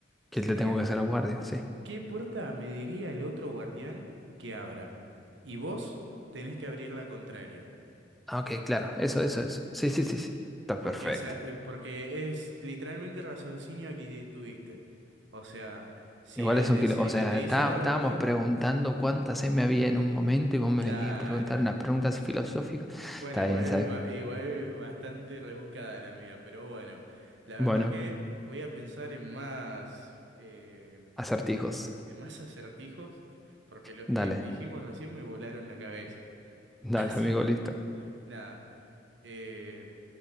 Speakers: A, on the right; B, in the centre.
A: sería,
B: que le tengo que hacer al guardia, sí.
A: ¿qué puerta me diría el otro guardián que abra? Y vos tenés que abrir la contraria.
B: Ah, ok, claro, eso, eso, eso. Sí, sí, sí, sí. Está
A: Porque,
B: perfecto.
A: esa- eh, porque es literalmente el raciocinio que tuviste. O sea, si
B: Igual
A: es, es
B: es un kilo,
A: el
B: o sea,
A: que te dice
B: está-
A: la
B: estábamos
A: verdad,
B: preguntando cuánta me había en un momento y vos me
A: claro.
B: venías a preguntar unas preguntas filosóficas.
A: Bueno,
B: Está
A: igual,
B: bien, ¿sabes?
A: ba- igual bastante rebuscada la mía, pero bueno, la
B: Bueno,
A: verdad que voy a pensar en más, eh,
B: acertijos.
A: en más <laughs> acertijos, porque los
B: Dale,
A: que dijimos recién me volaron la cabeza. <laughs>
B: dale,
A: Así
B: amigo,
A: que,
B: listo.
A: nada, eh,